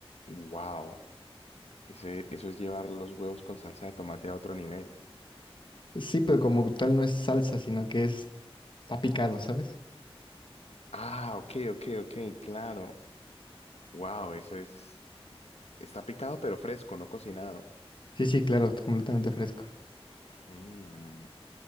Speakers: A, on the left; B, on the left.
A: Wow, ese, eso es llevar los huevos con salsa de tomate a otro nivel.
B: Sí, pero como tal no es salsa, sino que es está picado, ¿sabes?
A: Ah, ok, ok, ok, claro. Wow, eso es, está picado pero fresco, no cocinado.
B: Sí, sí, claro, t- completamente fresco.
A: Mm,